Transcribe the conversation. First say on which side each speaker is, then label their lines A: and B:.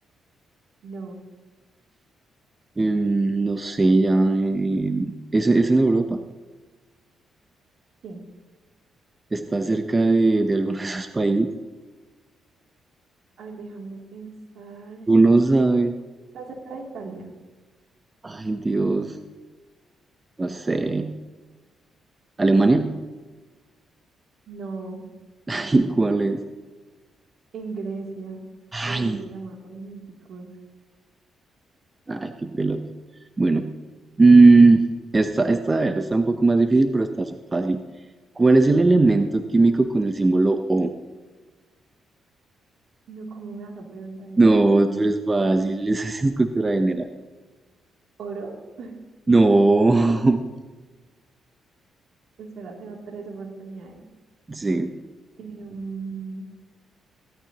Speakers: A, on the right (about 70°); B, on the right (about 25°).
A: no.
B: Em, no sé, ya. em, es, es en Europa.
A: Sí.
B: Está cerca de, de alguno de esos países.
A: A ver, déjame pensar.
B: Tú no sabes.
A: Está cerca de Italia.
B: Ay, Dios, no sé. ¿Alemania?
A: No,
B: <laughs> Ay, ¿cuál es?
A: en Grecia. Por
B: Ay,
A: eso se llama Olímpicos.
B: ay, qué pelota. Bueno, mm, esta, esta, a ver, está un poco más difícil, pero está su- fácil. ¿Cuál es el elemento químico con el símbolo O?
A: No, ¿cómo me vas a preguntar eso
B: No,
A: a mí?
B: tú eres fácil, <laughs> esa es cultura general.
A: ¿Oro? <laughs>
B: No, <laughs>
A: Espera, tengo tres oportunidades.
B: sí,
A: Em,